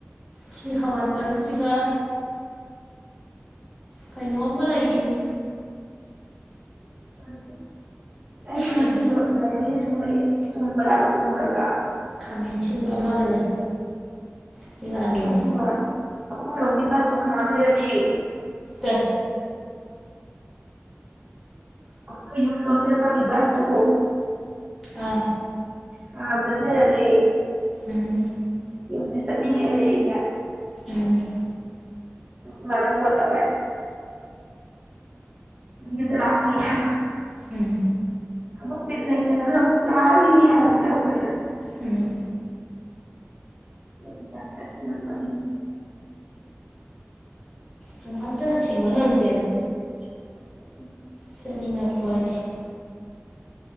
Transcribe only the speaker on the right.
<unintelligible> ꯑꯩꯗꯤ ꯉꯁꯤꯗꯣ
ꯂꯥꯏꯕ꯭ꯔꯤ ꯇꯨꯝꯃꯛꯑꯦ ꯇꯨꯝꯕ ꯌꯥꯕ ꯇꯨꯝꯃꯨꯔꯒ
ꯑꯗꯨꯒ ꯑꯩꯈꯣꯏꯔꯣꯝꯒꯤ ꯕꯁꯇꯣ ꯈꯥꯝꯂꯩꯔꯝꯃꯦ
ꯑꯩꯈꯣꯏ ꯌꯨꯝꯗꯣ ꯆꯠꯄꯒꯤ ꯕꯁꯇꯣ
ꯈꯥꯝꯗꯅ ꯂꯩꯔꯝꯃꯦ
ꯌꯨꯝꯖꯦ ꯆꯠꯅꯤꯡꯉꯛꯑꯦꯅꯦ ꯑꯩꯖꯦ
ꯗꯨ ꯈꯣꯏꯃꯥꯗ ꯐꯣꯟ ꯇꯧꯔꯦ ꯑꯗꯨ ꯌꯨꯝꯗ ꯂꯥꯛꯀꯦ ꯍꯥꯏꯕ
ꯑꯃꯨꯛ ꯕꯤꯠ ꯂꯩꯇꯅ ꯑꯃꯨꯛ ꯂꯥꯛꯔꯣꯏꯒꯦ ꯍꯥꯏꯔ ꯑꯃꯨꯛ ꯊꯝꯒ꯭ꯔꯦ
ꯌꯨꯝꯗ ꯆꯠꯅꯤꯡꯉꯛꯄꯒꯤ
<unintelligible>